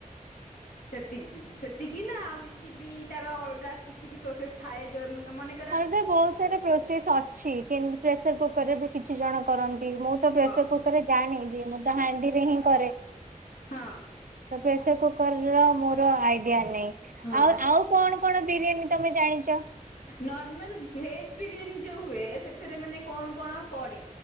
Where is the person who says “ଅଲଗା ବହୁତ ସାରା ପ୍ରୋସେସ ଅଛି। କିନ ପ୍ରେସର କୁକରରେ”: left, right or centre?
Right